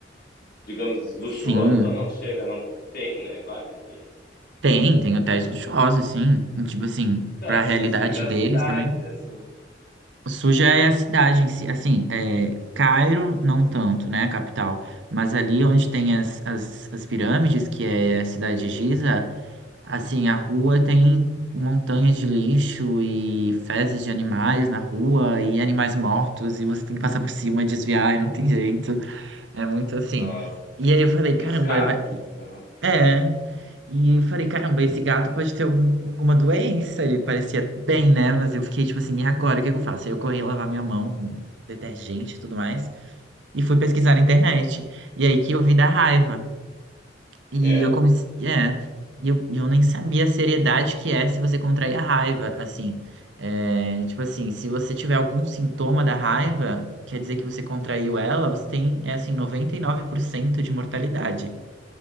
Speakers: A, on the left; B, on the right.
A: digamos, luxuoso
B: Sim,
A: ou não chega? Não tem, né, claro que tem.
B: tem, tem hotéis luxuosos, sim. E, Tipo assim,
A: Então,
B: pra
A: é suja
B: realidade deles
A: a cidade,
B: também.
A: assim.
B: Suja é a cidade em si, assim, é, Cairo não tanto, né, a capital, mas ali onde tem as, as, as pirâmides, que é a cidade de Giza, assim, a rua tem montanhas de lixo e fezes de animais na rua e animais mortos e você tem que passar por cima, desviar e não tem jeito. É muito assim.
A: Nossa.
B: E aí eu falei, caramba,
A: Um descaso,
B: vai...
A: assim. Uhum.
B: é. E eu falei, caramba, esse gato pode ter algum- alguma doença. Ele parecia bem, né? Mas eu fiquei tipo assim, e agora? O que que eu faço? Aí eu corri lavar minha mão com detergente e tudo mais. E fui pesquisar na internet. E aí que eu vi da raiva. E
A: É.
B: eu comecei. É, e eu, e eu nem sabia a seriedade que é se você contrair a raiva, assim. É, tipo assim, se você tiver algum sintoma da raiva, quer dizer que você contraiu ela, você tem, é assim, 99% de mortalidade.